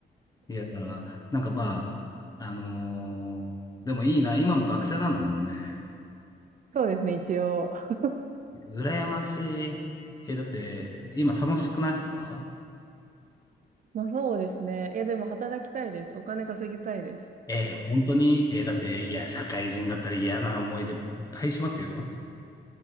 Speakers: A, on the left; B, on the right.
A: いや、だから、なんかまあ、あのーでもいいな。今も学生なんだもんね。
B: そうですね、一応。<laughs>
A: 羨ましい。え、だって、今楽しくないっすか
B: まあそうですね。いや、でも働きたいです。お金稼ぎたいです。
A: ええ、本当に、ええ、だって、いや、社会人だったら嫌な思い出いっぱいしますよ。